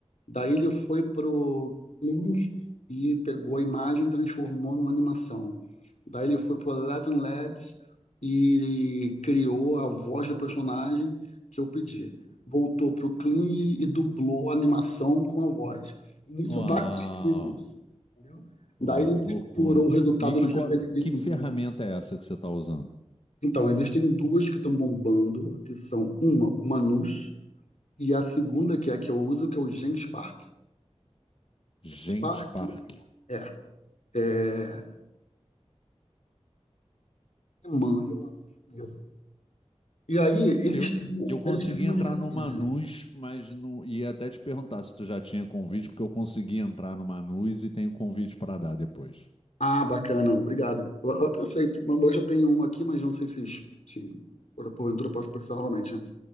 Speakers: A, on the left; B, on the left.
A: Daí ele foi pro Kling e pegou a imagem e transformou numa animação. Daí ele foi pro Eleven Labs e criou a voz do personagem que eu pedi. Voltou pro Kling e e dublou a animação com a voz. Nisso
B: Uau!
A: vários arquivos, entendeu?
B: Uau,
A: Daí ele
B: que
A: misturou
B: loucura!
A: o resultado
B: E,
A: do
B: e
A: GPT
B: qual- que
A: com...
B: ferramenta é essa que você está usando?
A: Então, existem duas que estão bombando, que são uma, o Manus, e a segunda, que é a que eu uso, que é o Genspark.
B: Gente
A: Genspark,
B: Park.
A: é. é, alemã e uma chinesa. E aí
B: Eu,
A: eles têm,
B: eu consegui
A: eles têm uma
B: entrar
A: divergência
B: no Manus,
A: ali.
B: mas não ia até te perguntar se tu já tinha convite, porque eu consegui entrar no Manus e tenho convite para dar depois.
A: Ah, bacana, obrigado. Eu, eu até aceito. Mas eu já tenho uma aqui, mas não sei se, se por- porventura eu posso precisar novamente, né?